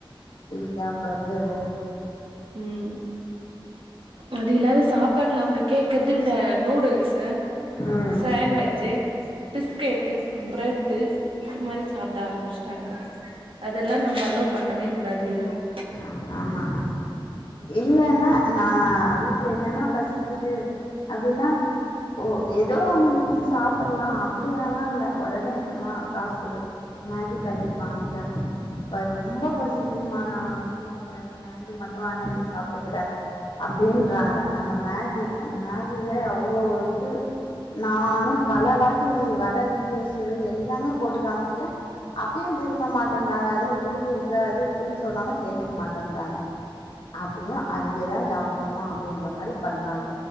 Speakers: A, on the left; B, on the right.
A: பீசா பர்கரூ
B: ம் அது இல்லாது சாப்பாட்டுல அவுங்க கேக்குறது இந்த நூடுல்ஸு
A: ம்
B: சாண்ட் வெஜ்ஜி பிஸ்கெட்டு பிரெட்டு இது மாரி சாப்ட ஆரம்பிச்சுட்டாங்க அதெல்லா நம்ம அலோ பண்ணவே கூடாது இல்ல
A: <inaudible> ஆமா இல்லான்னா நா வீட்ல இல்லன்னா பசிக்குது அப்டின்னா ஓ எதோ ஒண்ணு செஞ்சு சாப்லா அப்டின்னெல்லா இல்லா ஒடனே அம்மா காசு குடு மேஜி பேக்கெட் வாங்கிட்டரே மா ரொம்ப பசிகுதுமா நா சும்மா ஒரு ரெண்டு மேகி மட்டு வாங்கினந்து சாப்ட்டுக்கிறே அப்டீன்றாங்க அந்த மேகி அந்த மேகில அவ்ளோ இருக்கு நானு பல வாட்டி வர வீடியோஸ்சு எல்லாமே போட்டு காமிச்சுட்டே அப்பயு திருந்த மாட்டேன்றாங்க அதுல புழுகு இருக்கு அது இருக்குன்னு சொன்னாலு கேட்டுக்க மாட்டேன்றாங்க அப்பயு அதுவே தா சாப்ண்ணு அப்டின்ற மாரி பண்றாங்க